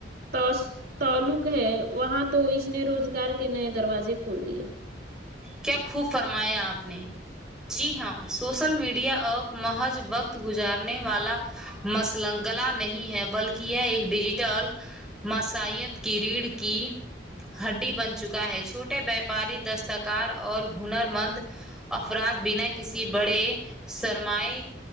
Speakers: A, on the right (about 55°); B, in the centre.
A: تس تعلق ہے وہاں تو اس اس نے روزگار کے نئے دروازے کھول دیے
B: کیا خوب فرمایا آپ نے جی ہاں سوشل میڈیا اپ محض وقت گزارنے والا مثلا گلا نہیں ہے بلکہ یہ ایک ڈیجیٹل مسائیت کی ریڑھ کی ہڈی بن چکا ہے چھوٹے وپاری دستک کار اور ہنر مند افراد بنا کسی بڑے سرمائے